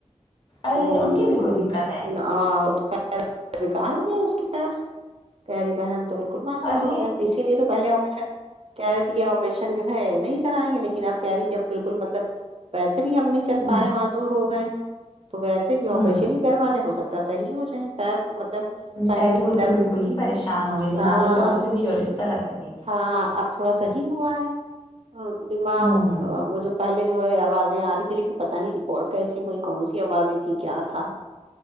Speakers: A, on the left; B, on the right.
A: ارے
B: <unintelligible>
A: ان کی بھی کوئی دقت ہے
B: ہاں وہ تو پیر بیکار ہو گیا اس کی پیر کہہ رہی بہن ہم تو بالکل معذور
A: ارے
B: ہو گئے اسی لیے تو پہلے آپریشن کہہ رہی تھی کہ آپریشن جو ہے نہیں کرائیں گے لیکن اب کہہ رہی جب بالکل مطلب ویسے بھی ہم نہیں چل
A: ہوں
B: پیر ہی معذور ہو گئے ہیں تو ویسے بھی آپریشن
A: ہوں
B: ہی کروا لے ہو سکتا صحیح ہو جائے پیر مطلب
A: بچاری
B: پہلے
A: وہ تو
B: درد
A: بالکل ہی پریشان ہو گئی دماغی
B: ہاں
A: طور سے بھی اور اس طرح سے بھی
B: ہاں اب تھوڑا صحیح ہوا ہے دماغ
A: ہوں
B: ا وہ جو پہلے جو ہے آوازیں آ رہی تھی لیکن پتا نہیں ریکارڈ کیسی ہوئی کون سی آوازیں تھی کیا تھا